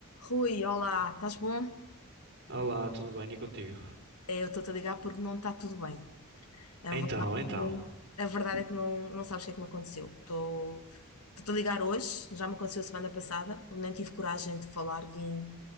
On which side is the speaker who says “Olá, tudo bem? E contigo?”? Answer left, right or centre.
Right